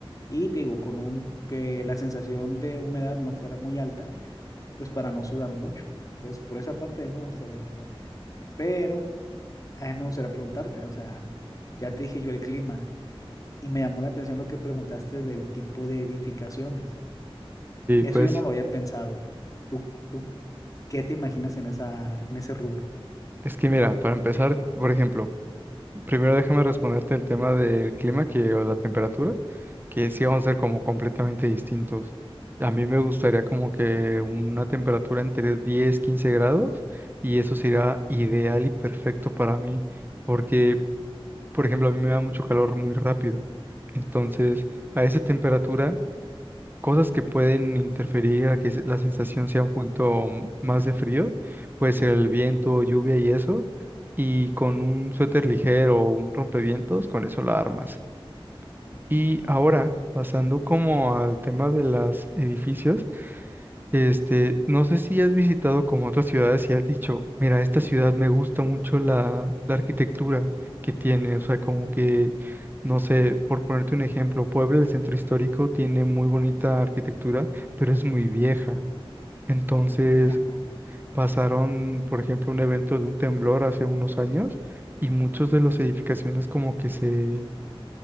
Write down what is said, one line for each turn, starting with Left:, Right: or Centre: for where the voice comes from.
Left: Y te digo, con un, que la sensación de humedad no fuera muy alta, pues para no sudar mucho. Entonces, por esa parte a mí me gustaría empezar. Pero a mí me gustaría preguntarte, o sea, ya te dije yo el clima y me llamó la atención lo que preguntaste del tipo de edificaciones. Eso
Right: pues
Left: yo no lo había pensado. ¿Tú, tú ¿Qué te imaginas en esa, en ese rubro?
Right: es que mira, para empezar, por ejemplo, primero déjame responderte el tema del clima que, o la temperatura. que sí vamos a ser como completamente distintos. A mí me gustaría como que una temperatura entre 10 15 grados y eso sería ideal y perfecto para mí, porque, por ejemplo, a mí me da mucho calor muy rápido. Entonces, a esa temperatura, cosas que pueden interferir a que se- la sensación sea un poquito mm, más de frío, puede ser el viento, lluvia y eso, y con un suéter ligero o un rompevientos, con eso la armas. Y ahora, pasando como al tema de los edificios, este, no sé si has visitado como otras ciudades y has dicho, mira, esta ciudad me gusta mucho la, la arquitectura que tiene, o sea, como que, no sé, por ponerte un ejemplo, Puebla, el centro histórico, tiene muy bonita arquitectura, pero es muy vieja. Entonces,
Left: Ajá.
Right: pasaron, por ejemplo, un evento de un temblor hace unos años y muchos de las edificaciones como que se,